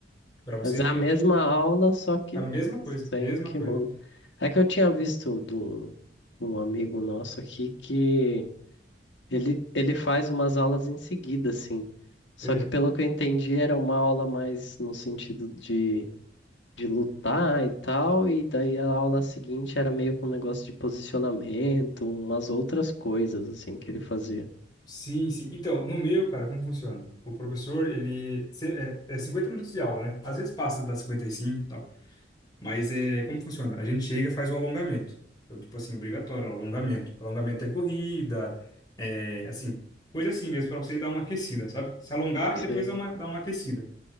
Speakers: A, on the left; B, on the left.
A: para você
B: Mas
A: meio
B: é a mesma
A: que
B: aula, só que
A: a mesma coisa,
B: sem
A: mesma
B: kimono.
A: coisa.
B: É que eu tinha visto de um, um amigo nosso aqui que ele, ele faz umas aulas em seguida, assim. Só
A: É,
B: que pelo que eu entendi, era uma aula mais no sentido de de lutar e tal, e daí a aula seguinte era meio com um negócio de posicionamento, umas outras coisas assim que ele fazia.
A: sim, sim. Então, no meu, cara, como funciona? O professor, ele... cê- É, é 50 minutos de aula, né? Às vezes passa das 55 e cinco e tal. Mas é, como funciona? A gente chega e faz o alongamento. Então, tipo assim, obrigatório, alongamento. Alongamento é corrida, é, assim, coisa assim mesmo, pra você dar uma aquecida, sabe? Se alongar
B: Sei,
A: e depois dar uma, dar uma aquecida.